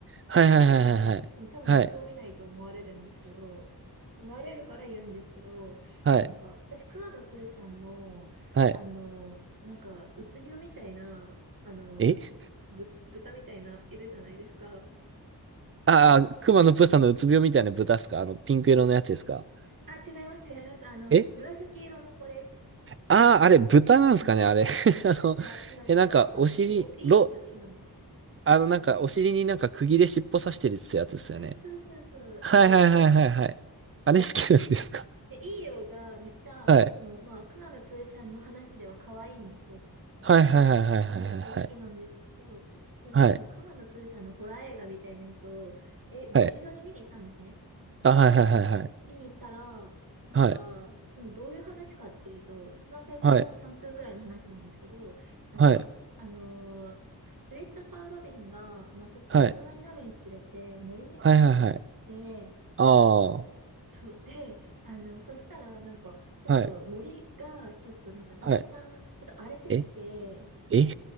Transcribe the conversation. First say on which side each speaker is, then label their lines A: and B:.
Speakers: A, on the right; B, on the right.
A: はいはいはいはいはい。
B: 多分、その多分一生見ないと思われるんですけど、
A: はい。
B: 思われるから言うんですけど、
A: はい。
B: なんか、私、熊野プーさんの、
A: はい。
B: あの、なんか、うつ病みたいな、あの、
A: え
B: ぶ、豚みたいな、いるじゃないですか。
A: ああ、熊のプーさんのうつ病みたいな豚っすかあの、ピンク色のやつですか
B: あ、違います、違います。あの、
A: え
B: 紫色の子です。
A: ああー、あれ、豚なんですかねあれ。
B: あの、
A: <laughs>
B: あ、豚、
A: あの、
B: 違う、違う、違う、
A: え、なんか、
B: ロバかなイーオーいよが好きなんですよ。
A: お尻、ロ、あの、なんか、お尻になんか釘で尻尾刺してるってやつですよね。
B: あ、そうそうそう、
A: はいはいはいはいはい。
B: イいー
A: あれ好きなんですか
B: で、イいーがめっちゃ、
A: はい。
B: その、まあ、熊野プーさんの話では可愛いんですよ。
A: はいはいはいはいはいはい。
B: 可愛くて好きなんですけど、その、
A: はい。
B: 熊野プーさんのホラー映画みたいなやつを、え、劇場に見に行ったんですね。
A: はい。あ、はいはいはいはい。
B: 見に行ったら、なんか、
A: はい。
B: その、どういう話かっていうと、一番最初の3分ぐらいの話なんですけど、
A: はい。
B: なんか、
A: はい。
B: あのークリストファー・ロビンが、まあちょっと大人になるにつれて、
A: はい。
B: 森に来なくなって、
A: はいはいはい。ああ。
B: そう。で、あの、そしたら、なんか、ちょっと森が、
A: はい。
B: ちょっとなんか、だんだん、
A: はい。
B: ちょっと荒れてきて、
A: ええ